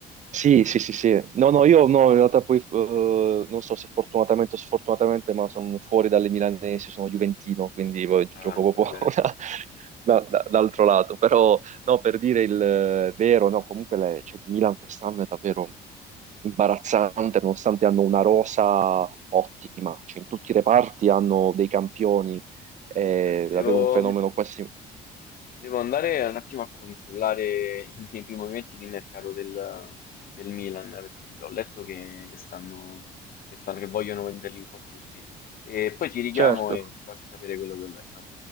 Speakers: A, on the right; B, on the left.
A: Sì,
B: eh,
A: sì, sì,
B: insomma,
A: sì. No, no, io no, in realtà poi eh, non so se fortunatamente o sfortunatamente, ma sono fuori dalle milanesi, sono juventino, quindi poi gi-
B: è
A: gioco
B: ancora
A: proprio
B: peggio.
A: <laughs> da- da- da- dall'altro lato. Però, no, per dire il eh, vero, no, comunque le- cioè, il Milan quest'anno è davvero imbarazzante, nonostante hanno una rosa ottima, cioè in tutti i reparti hanno dei campioni, è
B: Senti, devo,
A: davvero un fenomeno quasi...
B: Devo andare un attimo a controllare <laughs> i primi movimenti di mercato del, del Milan, perché ho letto che, che stanno, che stanno- che vogliono venderli un po' tutti. E poi ti richiamo
A: Certo,
B: e ti faccio sapere quello che ho letto.